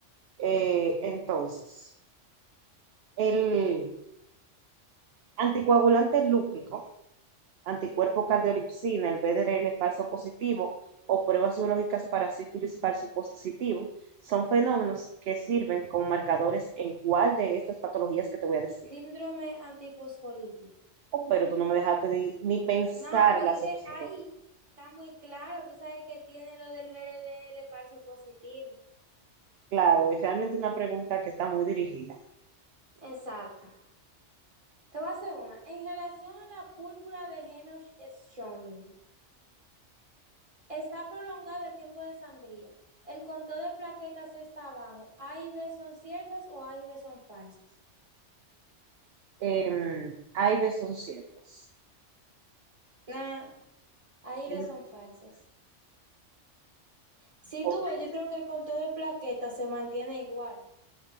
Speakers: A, on the right; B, on the right.
A: Eh, entonces, el anticoagulante lúpico anticuerpo cardiolipsina, el BDRL falso positivo o pruebas biológicas para sífilis falso positivo, son fenómenos que sirven como marcadores en cuál de estas patologías que te voy a decir.
B: Síndrome antifosfolípido.
A: Oh, pero tú no me dejaste ni ni pensar
B: No, porque
A: las
B: es que
A: opciones.
B: ahí está muy claro. Tú sabes que tiene lo del BRDL falso positivo.
A: Claro, es realmente una pregunta que está muy dirigida.
B: Exacto. Te voy a hacer una. En relación a la púrpura de Henoch-Schönlein, está prolongado el tiempo de sangría. El conteo de plaquetas está abajo. ¿A y B son ciertas o A y B son falsas?
A: Em, hay veces son ciertas.
B: Nah, A y
A: Em,
B: B son falsas. Si
A: ok,
B: tú ves, yo creo que el conteo de plaquetas se mantiene igual